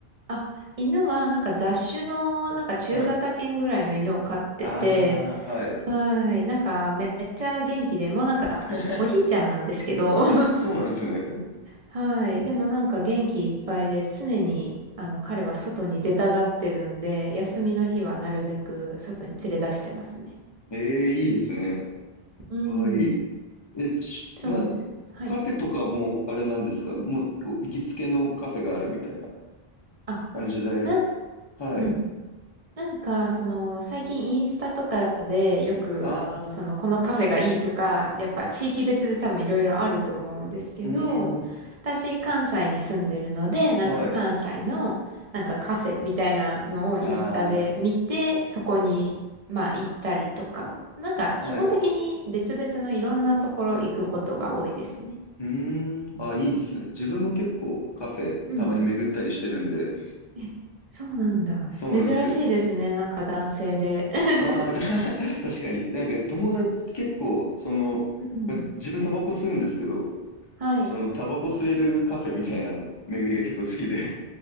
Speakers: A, on the right; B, on the left.
A: あ、犬はなんか雑種のなんか中型犬ぐらいの犬を飼ってて、
B: はい。ああ、はい。
A: はい、なんかめっちゃ元気で、もうなんかおじいちゃんなんですけど
B: <laughs>
A: <laughs>
B: あ、そうなんですね。
A: はい。でもなんか元気いっぱいで、常に、あの、彼は外に出たがってるんで、休みの日はなるべく外に連れ出してますね。
B: ええいいですね。
A: うん。
B: かわいい。え、し、
A: そうです。
B: な、
A: はい。
B: カフェとかもあれなんですかもうお行きつけのカフェがあるみたいな。
A: うん。あ、
B: 感じで、
A: なん、
B: はい。
A: うん。なんか、その、最近インスタとかでよく、
B: ああ、
A: その、このカフェがいいとか、やっぱ地域別で多分いろいろあると思うんですけど、
B: うーん、
A: 私、関西に住んでるので、なんか関西の、
B: はい。
A: なんかカフェみたいなのをインスタで見て、
B: あ
A: そこに、まあ行ったりとか、なんか基本的に別々のいろんなところ行くことが多いですね。
B: あ、はい。うーん、あ、いいっすね。自分も結構カフェたまに巡ったりしてるんで、
A: うん。え、そうなんだ。
B: そうなんですよ。
A: 珍しいですね。なんか男性で。
B: <laughs>
A: <laughs>
B: ああ、た <laughs> 確かに。なんか友達結構、その、
A: うん。
B: ま自分タバコ吸うんですけど、
A: <laughs> はい。
B: そのタバコ吸えるカフェみたいなの巡りが結構好きで